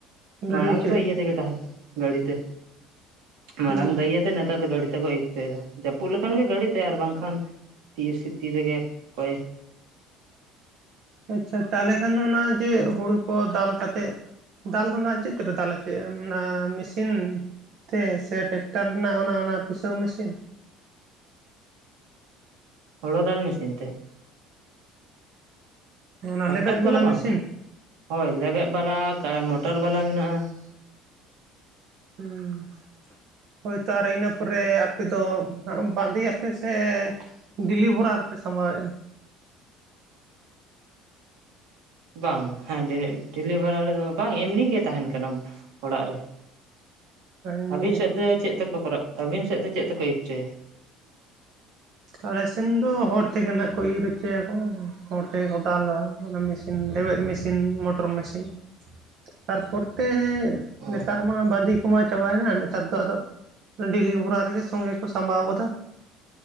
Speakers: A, on the right; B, on the right.
A: ᱢᱟᱲᱟᱝ
B: ᱜᱟᱹᱰᱤ ᱦᱚᱪᱚᱭᱮᱫᱼᱟ
A: ᱫᱚ ᱤᱭᱟᱹ ᱛᱮᱜᱮ ᱛᱟᱦᱮᱸ ᱠᱟᱱᱟ ᱜᱟᱹᱲᱤ ᱛᱮ᱾ ᱢᱟᱲᱟᱝ
B: ᱦᱩᱸ
A: ᱫᱚ ᱤᱭᱟᱹᱛᱮ ᱱᱮᱛᱟᱨ ᱫᱚ ᱜᱟᱹᱲᱤ ᱛᱮᱠᱚ ᱤᱨ ᱦᱚᱪᱚᱭᱮᱫᱟ ᱡᱟᱹᱯᱩᱫ ᱞᱮᱠᱷᱟᱱ ᱜᱮ ᱜᱟᱹᱲᱤ ᱛᱮ ᱟᱨ ᱵᱟᱝᱠᱷᱟᱱ ᱛᱤᱭᱟᱹ ᱥᱤᱛᱤ ᱨᱮᱜᱮ ᱚᱠᱚᱭ
B: ᱟᱪᱪᱷᱟ ᱛᱟᱦᱚᱞᱮ ᱠᱷᱟᱱ ᱚᱱᱟ ᱡᱮ ᱦᱩᱲᱩ ᱠᱚ ᱫᱟᱞ ᱠᱟᱛᱮᱫ ᱫᱟᱞ ᱫᱚ ᱱᱟᱦᱟᱜ ᱪᱮᱫ ᱛᱮᱯᱮ ᱫᱟᱞ ᱦᱚᱪᱚᱭᱟ ᱚᱱᱟ ᱢᱮᱥᱤ ᱤᱱ ᱛᱮ ᱥᱮ ᱴᱮᱠᱴᱟᱨ ᱨᱮᱱᱟᱜ ᱚᱱᱟ ᱚᱱᱟ ᱯᱤᱥᱟᱹᱣ ᱢᱮᱥᱤᱱ?
A: ᱦᱳᱲᱳ ᱫᱟᱞ ᱢᱮᱥᱤᱱ ᱛᱮ ᱾
B: ᱚᱱᱟ
A: ᱴᱨᱟᱠᱴᱟᱨ
B: ᱞᱮᱵᱮᱫ
A: ᱛᱮᱫᱚ
B: ᱵᱟᱞᱟ
A: ᱵᱟᱝ?
B: ᱢᱮᱥᱤᱱ?
A: <inaudible> ᱦᱳᱭ ᱞᱮᱵᱮᱫ ᱵᱟᱞᱟ ᱢᱚᱴᱚᱨ ᱵᱟᱞᱟ ᱢᱮᱱᱟᱜᱼᱟ ᱾
B: ᱦᱩᱸ ᱾ ᱦᱳᱭᱛᱚ ᱟᱨ ᱤᱱᱟᱹ ᱯᱚᱨᱮ ᱟᱯᱮ ᱫᱚ ᱵᱟᱸᱫᱮᱭᱟᱯᱮ ᱥᱮ ᱰᱮᱞᱤ ᱵᱷᱚᱨᱟ ᱨᱮᱯᱮ ᱥᱟᱢᱵᱟᱣᱮᱫᱼᱟ?
A: ᱵᱟᱝ ᱦᱮᱸ ᱰᱮᱞᱤᱵᱷᱟᱨᱟ ᱨᱮ ᱫᱚ ᱵᱟᱝ ᱮᱢᱱᱤ ᱜᱮ ᱛᱟᱦᱮᱱ ᱠᱟᱱᱟ ᱚᱲᱟᱜ ᱨᱮ ᱾ <inaudible>
B: ᱮᱢᱱᱤ
A: ᱟᱹᱵᱤᱱ ᱥᱮᱫ
B: ᱜᱮ?
A: ᱫᱚ ᱪᱮᱫ ᱛᱮᱠᱚ ᱠᱚᱨᱟ ᱟᱹᱵᱤᱱ ᱥᱮᱫ ᱫᱚ ᱪᱮᱫ ᱛᱮᱠᱚ ᱤᱨ ᱚᱪᱚᱭᱟ?
B: ᱟᱞᱮ ᱥᱮᱱ ᱫᱚ ᱦᱚᱲ ᱛᱮᱜᱮ ᱱᱟᱦᱟᱜ ᱠᱚ ᱤᱨ ᱦᱚᱪᱚᱭᱟᱠᱚ ᱦᱚᱲ ᱛᱮᱜᱮ ᱠᱚ ᱫᱟᱞᱟ ᱚᱱᱟ ᱢᱮᱥ ᱤᱱ ᱞᱮᱵᱮᱫ ᱢᱮᱥᱤᱱ ᱢᱚᱴᱚᱨ ᱢᱮᱥᱤᱱ
A: <inaudible>
B: ᱾ ᱛᱟᱨᱯᱚᱨ ᱛᱮ
A: ᱚ
B: ᱱᱮᱛᱟᱨ ᱢ ᱢᱟ ᱵᱟᱸᱫᱤ ᱠᱚᱢᱟ ᱪᱟᱵᱟᱭᱮᱱᱟ ᱱᱮᱛᱟᱨ ᱫᱚ ᱟᱫᱚ ᱰᱤᱞᱤ ᱵᱷᱚᱨᱟ ᱨᱮᱜᱮ ᱥᱚᱸᱜᱮ ᱠᱚ ᱥᱟᱸᱵᱟᱣ ᱜᱚᱫᱟ ᱾